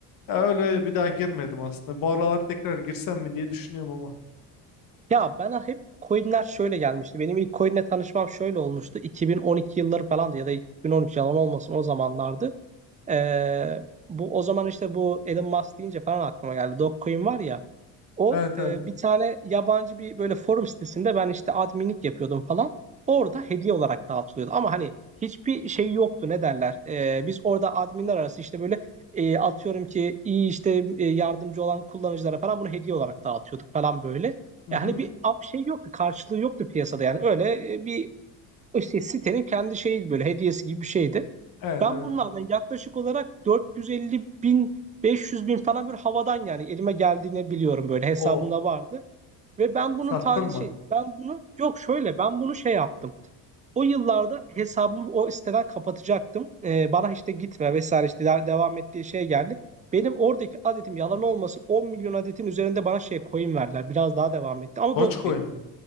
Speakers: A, on the left; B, on the right.
A: Ya öyle bir daha girmedim aslında. Bu aralar tekrar girsem mi diye düşünüyorum ama.
B: Ya bana hep coinler şöyle gelmişti. Benim ilk coinle tanışmam şöyle olmuştu. 2012 yılları falandı ya da 2013 yalan olmasın o zamanlardı. Ee, bu o zaman işte bu Elon Musk deyince falan aklıma geldi. Dogecoin var ya. O
A: Evet
B: e,
A: evet.
B: bir tane yabancı bir böyle forum sitesinde ben işte adminlik yapıyordum falan. Orada hediye olarak dağıtılıyordu. Ama hani hiçbir şey yoktu ne derler. E, biz orada adminler arası işte böyle e, atıyorum ki iyi işte e, yardımcı olan kullanıcılara falan bunu hediye olarak dağıtıyorduk falan böyle.
A: Mhm.
B: Yani bir a- şey yoktu karşılığı yoktu piyasada yani öyle e, bir işte sitenin kendi şeyi böyle hediyesi gibi bir şeydi.
A: Evet
B: Ben
A: evet.
B: bunlardan yaklaşık olarak 450 bin 500 bin falan böyle havadan yani elime geldiğini biliyorum böyle hesabımda
A: Of.
B: vardı. Ve ben bunun
A: Sattın
B: tane
A: mı?
B: şey ben bunu yok şöyle ben bunu şey yaptım. O yıllarda hesabımı o siteden kapatacaktım. Ee, bana işte gitme vesaire işte de- devam ettiği şey geldi. Benim oradaki adetim yalan olmasın 10 milyon adetin üzerinde bana şey coin verdiler. Biraz daha devam etti ama
A: Dogecoin
B: dog coin.
A: mi?